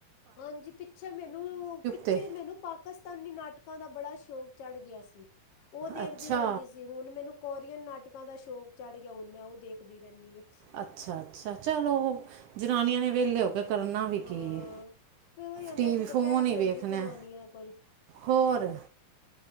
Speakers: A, on the left; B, on the right.
A: ਹਾਂਜੀ ਪਿੱਛੇ ਮੈਨੂੰ ਪਿੱਛੇ
B: ਤੇ
A: ਮੈਨੂੰ ਪਾਕਿਸਤਾਨੀ ਨਾਟਕ। ਉਹ ਦਾ ਬੜਾ ਸ਼ੌਕ ਚੜ੍ਹ ਗਿਆ ਸੀ। ਉਹ ਦੇਖਦੀ
B: ਅੱਛਾ
A: ਰਹਿੰਦੀ ਸੀ ਹੁਣ ਮੈਨੂੰ? ਕੋਰੀਅਨ ਨਾਟਕਾਂ ਦਾ ਸ਼ੌਕ ਚੜ੍ਹ ਗਿਆ ਹੁਣ ਮੈਂ ਉਹ ਦੇਖਦੀ ਰਹਿਣੀ ਹਾਂ?
B: ਅੱਛਾ ਅੱਛਾ ਚਲੋ ਜਨਾਨੀਆਂ ਨੇ। ਵਿਹਲੇ ਹੋਕੇ? ਕਰਨਾ ਵੀ
A: ਹਾਂ
B: ਕੀ ਹੈ
A: ਫੇਰ ਉਹੀ ਹੁੰਦਾ
B: ਟੀਵੀ
A: ਇੱਕ
B: ਫੋਨ
A: ਦੁਪਹਿਰ ਤੇ
B: ਹੀ
A: ਹੁੰਦੀ
B: ਵੇਖਣਾ
A: ਜਨਾਨੀਆਂ ਕੋਲ।
B: ਹੋਰ?